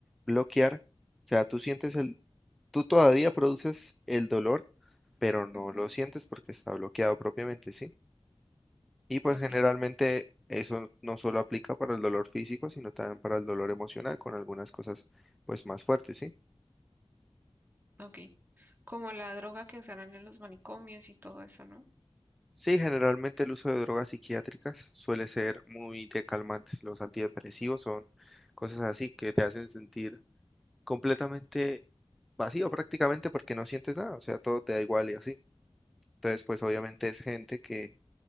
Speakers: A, in the centre; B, on the right (about 15°).
A: bloquear, o sea, tú sientes el, tú todavía produces el dolor, pero no
B: Ujú,
A: lo sientes porque está bloqueado propiamente, ¿sí? Y pues
B: Ok,
A: generalmente eso no solo aplica para el dolor físico, sino también para el dolor emocional, con algunas cosas pues más fuertes, ¿sí?
B: ok. Como la droga que usarán en los manicomios y todo eso, ¿no?
A: Sí, generalmente el uso de drogas psiquiátricas suele ser muy de calmantes. Los antidepresivos son cosas así que te hacen sentir completamente vacío prácticamente porque no sientes nada, o sea, todo te da igual y así. Entonces, pues obviamente
B: Ujú,
A: es gente que